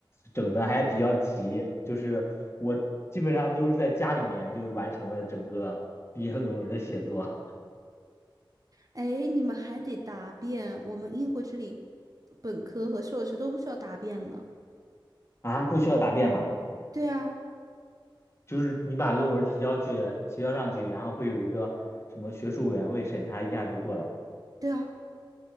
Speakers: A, on the left (about 30°); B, on the right (about 45°).
A: 整的还比较急，就是我基本上都是在家里面就完成了整个毕业论文的写作
B: 哎，你们还得答辩，我们英国这里本科和硕士都不需要答辩呢。
A: <laughs> 啊，不需要答辩嘛，
B: 对啊，
A: 就是你把论文提交去，提交上去，然后会有一个什么学术委员会审查一下就过了。
B: 对啊，